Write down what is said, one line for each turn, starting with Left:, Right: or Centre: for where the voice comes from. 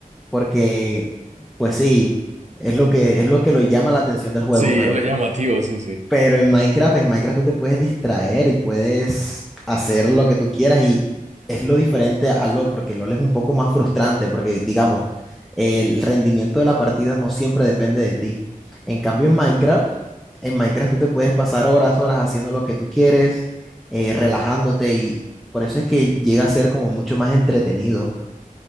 Centre: porque, pues sí, es lo que, es lo que lo llama la atención del juego,
Right: Sí,
Centre: pero,
Right: es lo llamativo, sí, sí.
Centre: pero en Minecraft, en Minecraft tú te puedes distraer y puedes hacer lo que tú quieras y es lo diferente a LOL, porque LOL es un poco más frustrante, porque digamos, el rendimiento de la partida no siempre depende de ti. En cambio, en Minecraft, en Minecraft tú te puedes pasar horas, horas haciendo lo que tú quieres, eh, relajándote y por eso es que llega a ser como mucho más entretenido.